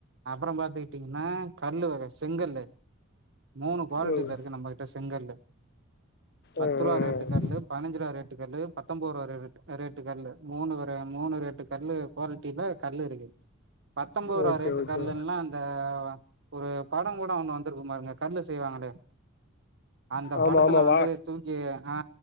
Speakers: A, on the right (about 55°); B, on the left (about 50°).
A: அப்பற பாத்துக்கிட்டீங்கனா கல் வக செங்கல்லு மூணு குவாலிட்டில
B: ம்
A: இருக்கு நம்பக்கிட்ட செங்கல்லு பத்து
B: ம்
A: ரூவா ரேட்டு
B: ம்
A: கல்லு பதினஞ்சு ரூவா ரேட்டு கல்லு பத்தொம்போது ரூவா ரே ரேட்டு கல்லு மூணு வெர மூணு ரேட்டு கல்லு குவாலிட்டில கல்லு இருக்குது பத்தொம்பது
B: ஓகே
A: ரூவா ரேட்டு
B: ஓகே
A: கல்லுலா இந்த ஒரு பட கூட ஒண்ணு வந்துருக்கும் பாருங்க கல்லு செய்வாங்களே அந்த
B: ஆமா
A: படத்துல
B: ஆமா
A: வந்து
B: வா
A: தூக்கி ஆ